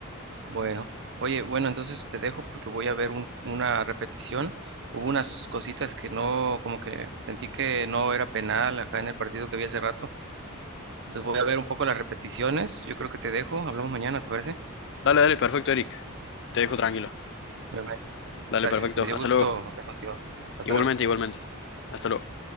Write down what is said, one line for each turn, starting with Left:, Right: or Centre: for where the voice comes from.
Right: bueno. Oye, bueno, entonces te dejo porque voy a ver un- una repetición. Hubo unas cositas que no, como que sentí que no era penal acá en el partido que vi hace rato. Entonces voy a ver un poco las repeticiones. Yo creo que te dejo. Hablamos mañana, ¿te parece?
Left: Dale, dale, perfecto, Eric. Te dejo tranquilo.
Right: Bye, bye.
Left: Dale,
Right: Gracias.
Left: perfecto.
Right: Me dio
Left: Hasta
Right: gusto
Left: luego.
Right: hablar contigo. Hasta
Left: Igualmente,
Right: luego.
Left: igualmente. Hasta luego.